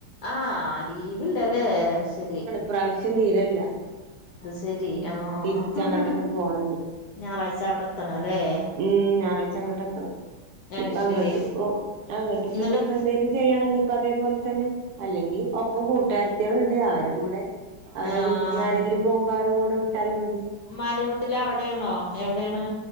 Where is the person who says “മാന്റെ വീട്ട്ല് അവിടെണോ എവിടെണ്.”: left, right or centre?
Left